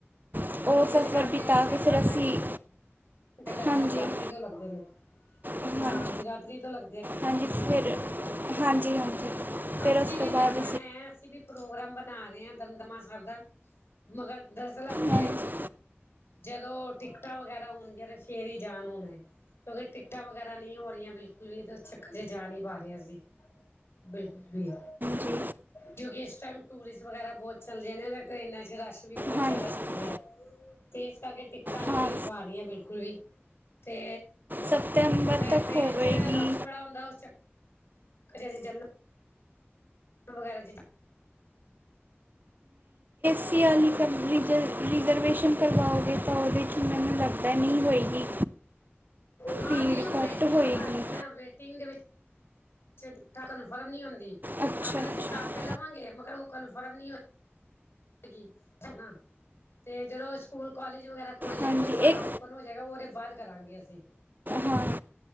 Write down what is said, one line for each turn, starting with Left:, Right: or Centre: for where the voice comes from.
Right: ਉਹ
Left: ਅੱਛਾ।
Right: ਸਫ਼ਰ
Left: ਜੇਗਾਦਰੀ
Right: ਬਿਤਾ
Left: ਤੋਂ ਛੇ-ਸਤ
Right: ਕੇ ਫਿਰ ਅਸੀਂ
Left: ਘੰਟੇ ਤੇ ਲੱਗਦੇ
Right: ਹਾਂਜੀ
Left: ਜਗਾਦਰੀ ਤੋਂ ਲੱਗਦੇ ਨੇ
Right: ਹਾਂਜੀ
Left: ਹਾਂ, ਜਗਾਧਰੀ ਤੋਂ ਲੱਗ
Right: ਹਾਂਜੀ ਫਿਰ, ਹਾਂਜੀ ਹਾਂਜੀ। ਫਿਰ
Left: ਅਸੀਂ
Right: ਉਸ
Left: ਵੀ
Right: ਤੋਂ ਬਾਅਦ
Left: ਜਾਣਾ ਹੈ। ਅਸੀਂ ਵੀ ਪ੍ਰੋਗਰਾਮ ਬਣਾ ਰੇ ਆਂ ਦਮਦਮਾ ਸੈਬ ਦਾ, ਮਗਰ ਦਰਸਲ ਹਲੇ
Right: ਹਾਂਜੀ
Left: ਜਦੋਂ ਟਿਕਟਾਂ ਵਗੈਰਾ ਹੋਣਗੀਆਂ ਤਾਂ ਫੇਰ ਈ ਜਾਣ ਹੋਣੈ। ਕਿਉਂਕਿ ਟਿਕਟਾਂ ਵਗੈਰਾ ਨਹੀਂ ਹੋ ਰੀਆਂ ਬਿਲਕੁਲ ਵੀ, ਤੇ ਉਸ ਚੱਕਰ ਏ ਜਾ ਨੀ ਪਾ ਰੇ ਅਸੀਂ। ਬਿਲਕੁਲ ਵੀ।
Right: ਜੀ।
Left: ਕਿਉਂਕਿ ਇਸ ਟੈਮ ਟੂਰਿਸਟ ਵਗੈਰਾ ਬੌਤ ਚੱਲਦੇ ਨੇ ਤੇ ਟਰੇੇਨਾਂ 'ਚ ਰਸ਼ ਵੀ ਬੌਤ
Right: ਹਾਂਜੀ
Left: ਜੈਦਾ ਚੱਲ ਰਿਹੈ। ਤੇ ਇਸ ਕਰਕੇ ਟਿਕਟਾਂ ਨੀ
Right: ਹਾਂ
Left: ਮਿਲ ਪਾ ਰੀਆਂ ਬਿਲਕੁਲ ਵੀ। ਤੇ
Right: ਸਤੰਬਰ
Left: ਫੇਰ
Right: ਤੱਕ
Left: ਟ੍ਰੇਨ
Right: ਹੋਵੇਗੀ
Left: ਚ ਰਸ਼ ਬੜਾ ਹੁੰਦੈ ਉਸ ਚੱਕਰ ਚ ਅਸੀਂ ਜ ਵਗੈਰਾ ਚ
Right: ਫੀ ਅਲੀ ਕਰ ਰਿਜਰ-ਰਿਜ਼ਰਵੇਸ਼ਨ ਕਰਵਾਓਗੇ ਤਾਂ ਓਹਦੇ 'ਚ ਮੈਨੂੰ ਲੱਗਦੈ ਨਹੀਂ ਹੋਏਗੀ।
Left: ਹਾਂ
Right: ਭੀੜ
Left: ਨਹੀਂ, ਓਹ
Right: ਘੱਟ
Left: ਵੇਟਿੰਗ
Right: ਹੋਏਗੀ
Left: ਬਤਾ ਰਿਐ ਨਾ, ਵੇਟਿੰਗ ਦੇ ਵਿੱ ਚ ਕਟਾਂ ਕਨਫਰਮ ਨੀ ਹੁੰਦੀ,
Right: ਅੱਛਾ
Left: ਅਗਰ
Right: ਅੱਛਾ
Left: ਅਸੀਂ ਕਰ ਤੇ ਲਵਾਂਗੇ ਮਗਰ ਓਹ ਕਨਫਰਮ ਨਹੀਂ ਹੋਏ ਗੀ ਹਨਾ ਤੇ ਜਦੋਂ ਸਕੂਲ, ਕੌਲੇਜ ਵਗੈਰਾ ਖੁੱਲ ਜਾਏੰਗੇ
Right: ਹਾਂਜੀ
Left: ਸਾਰਾ
Right: ਇੱਕ
Left: ਓਪਨ ਹੋ ਜਾਏਗਾ ਓਹਦੇ ਬਾਦ ਕਰਾਂਗੇ ਅਸ ਦੇਈਂ,
Right: ਹਾਂ